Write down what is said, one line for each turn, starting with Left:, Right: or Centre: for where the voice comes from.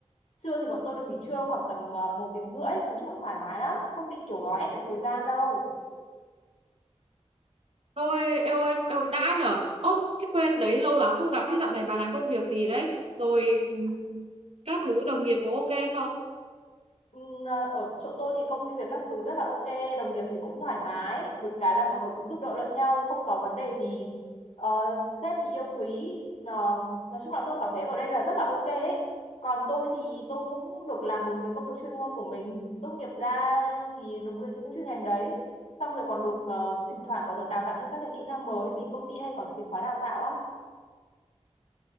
Left: trưa thì bọn tôi được nghỉ trưa khoảng tầm uh, một tiếng rưỡi nói chung là thoải mái lắm không bị kiểu gò ép về thời gian đâu
Right: Ôi, eo ơi, eo, đã nhở. Ô, thế quên đấy, lâu lắm không gặp. Thế dạo này bà làm công việc gì đấy? Rồi ừm, các thứ đồng nghiệp có ok không?
Left: Ừ, ờ, Ở chỗ tôi thì công việc các thứ rất là ok, đồng nghiệp thì cũng thoải mái, được cái là mọi người cũng giúp đỡ lẫn nhau, không có vấn đề gì. Ờ, sếp thì yêu quý, Ờ, nói chung là tôi cảm thấy ở đây là rất là ok ấy. Còn tôi thì tôi cũng được làm đúng cái công việc chuyên môn của mình, tốt nghiệp ra thì đúng cái chuyên chuyên ngành đấy. Xong rồi còn được ờ, thỉnh thoảng còn được đào tạo thêm các cái kỹ năng mới vì công ty hay có những cái khóa đào tạo á,